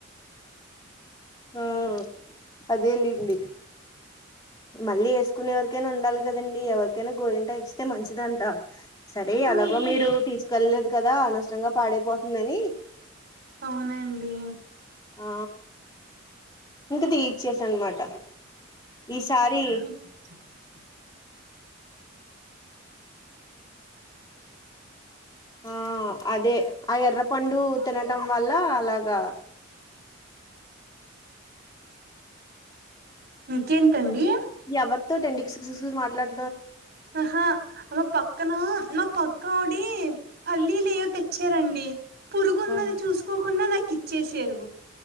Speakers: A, on the left (about 20°); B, on the right (about 55°).
A: ఆ అదెలెండి మళ్ళీ వేసుకునేవరికైనా ఉండాలి కదండి ఎవరికైనా గోరింటాకు ఇస్తే మంచిదంట సరే ఎలాగో
B: ఆహా
A: మీరు తీసుకెళ్లేదు కదా అనవసరంగా పాడైపోతుందని
B: అవునండి
A: ఆ ఇంకా తీచ్చేస అన్నమాట ఈసారి
B: అచ్చ అచ్చ
A: ఆ అదే ఆ ఎర్ర పండు తినటం వల్ల అలాగా
B: ఇంకెంటండి
A: ఎవరితో నండి కిస్ కిస్ మాట్లాడ
B: ఆహా ఆ పక్కన నా పక్క అడి పల్లీలు ఏయో తెచ్చారండి పురుగున్నది
A: ఆ
B: చూసుకోకుండా నాకు ఇచ్చేసారు